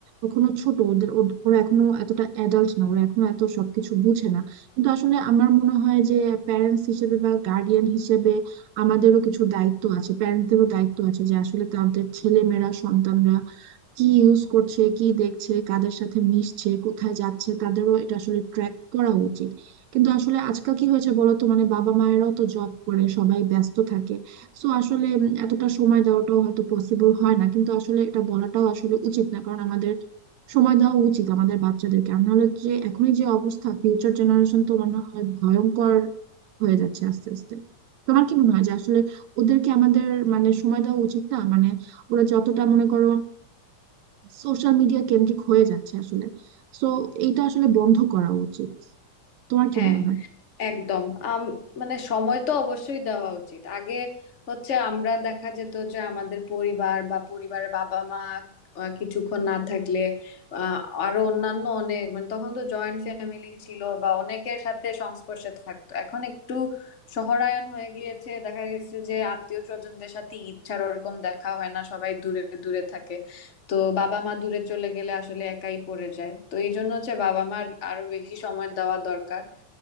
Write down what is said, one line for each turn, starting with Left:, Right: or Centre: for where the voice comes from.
Right: এখনো ছোট ওদের ওদ- ওরা এখনো এতটা অ্যাডাল্ট না ওরা এখনো এত সবকিছু বুঝে না কিন্তু আসলে আমার মনে হয় যে প্যারেন্টস হিসেবে বা গার্ডিয়ান হিসেবে আমাদেরও কিছু দায়িত্ব আছে প্যারেন্টদেরও দায়িত্ব আছে যে আসলে তাদের ছেলে মেয়েরা সন্তানরা কি ইউজ করছে কি দেখছে কাদের সাথে মিশছে কোথায় যাচ্ছে তাদেরও এটা আসলে ট্র্যাক করা উচিত কিন্তু আসলে আজকাল কি হয়েছে বলতো মানে বাবা মায়েরাও তো জব করে সবাই ব্যস্ত থাকে সো আসলে উম, এতটা সময় দেওয়াটাও হয়তো পসিবল হয় না কিন্তু আসলে এটা বলাটাও আসলে উচিত না কারণ আমাদের সময় দেওয়া উচিত আমাদের বাচ্চাদেরকে আর নাহলে যে এখনই যে অবস্থা ফিউচার জেনারেশন তো মনে হয় ভয়ঙ্কর হয়ে যাচ্ছে আস্তে আস্তে তোমার কি মনে হয় যে আসলে ওদেরকে আমাদের মানে সময় দেওয়া উচিত না মানে ওরা যতটা মনে করো সোশ্যাল মিডিয়া কেন্দ্রিক হয়ে যাচ্ছে আসলে তো এইটা আসলে বন্ধ করা উচিত তোমার কি
Left: হ্যাঁ
Right: মনে হয়
Left: একদম আম মানে সময় তো অবশ্যই দেওয়া উচিত আগে হচ্ছে আমরা দেখা যেত যে আমাদের পরিবার বা পরিবারের বাবা মা আহ, কিছুক্ষণ না থাকলে আহ, আরো অন্যান্য অনেক মানে তখন তো জয়েন্ট ফ্যামিলি ছিল বা অনেকের সাথে সংস্পর্শে থাকতো এখন একটু শহরায়ন হয়ে গিয়েছে দেখা গেছে যে আত্মীয় স্বজনদের সাথে ঈদ ছাড়া ওরকম দেখা হয় না সবাই দূরে দূরে থাকে তো বাবা মা দূরে চলে গেলে আসলে একাই পড়ে যায় তো এই জন্য হচ্ছে বাবা মার আরো বেশি সময় দেওয়া দরকার